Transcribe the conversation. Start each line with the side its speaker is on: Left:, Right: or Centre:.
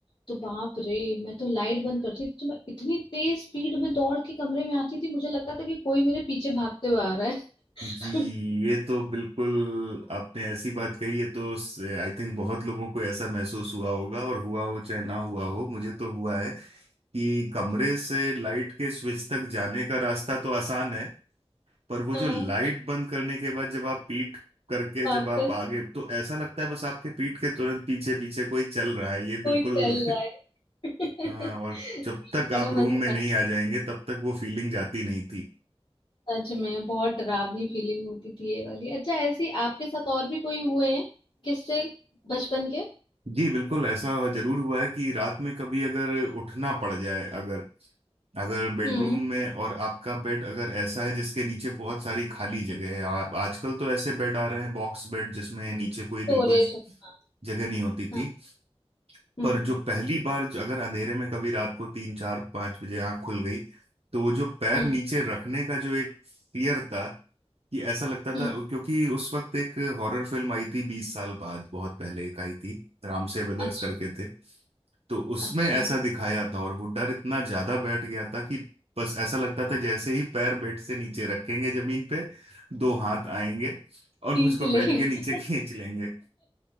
Left: तो बाप रे मैं तो लाइट बंद करती थी तो मैं इतनी तेज स्पीड में दौड़ के कमरे में आती थी मुझे लगता था कि कोई मेरे पीछे भागते हुए आ रहा है
Right: जी
Left: <laughs>
Right: ये तो बिल्कुल आपने ऐसी बात कही है तो आई थिंक बहुत लोगों को ऐसा महसूस हुआ होगा और हुआ हो चाहे ना हुआ हो मुझे तो हुआ है कि कमरे से लाइट के स्विच तक जाने का रास्ता तो आसान है पर वो
Left: हाँ
Right: जो लाइट बंद करने के बाद जब आप पीठ करके
Left: वापस
Right: जब आप आगे तो ऐसा लगता है बस आपके पीठ के तुरंत पीछे पीछे कोई चल रहा है ये बिल्कुल
Left: कोई चल
Right: <laughs>
Left: रहा है
Right: हाँ
Left: <laughs>
Right: और जब तक
Left: बड़ा
Right: आप
Left: मजेदार
Right: रूम में नहीं आ जाएंगे तब तक वो फीलिंग जाती नहीं
Left: सच में बहुत डरावनी फीलिंग होती थी ये वाली अच्छा ऐसी आपके साथ और भी कोई हुए हैं किससे बचपन के
Right: जी बिल्कुल ऐसा जरूर हुआ है कि रात में कभी अगर उठना पड़ जाए अगर अगर बेडरूम
Left: हम्म
Right: में और आपका बेड अगर ऐसा है जिसके नीचे बहुत सारी खाली जगह है आप आजकल तो ऐसे बेड आ रहे हैं बॉक्स बेड जिसमें नीचे कोई
Left: स्टोरेज
Right: बिल्कुल
Left: हाँ
Right: जगह नहीं होती थी
Left: हाँ हम्म
Right: पर जो पहली बार जो अगर अंधेरे में कभी रात को तीन चार पांच बजे आंख खुल गई तो वो जो पैर
Left: हम्म
Right: नीचे रखने का जो एक फियर था कि ऐसा लगता
Left: हम्म
Right: था क्योंकि उस वक्त एक हॉरर फिल्म आई थी बीस साल बाद बहुत पहले एक आई थी रामसे ब्रदर्स
Left: अच्छा
Right: करके थे तो उसमें
Left: अच्छा
Right: ऐसा दिखाया था और वो डर इतना ज्यादा बैठ गया था कि बस ऐसा लगता था जैसे ही पैर बेड से नीचे रखेंगे जमीन पे दो हाथ आएंगे और
Left: खींच
Right: मुझको बेड
Left: लेगा
Right: के नीचे <laughs> खींच लेंगे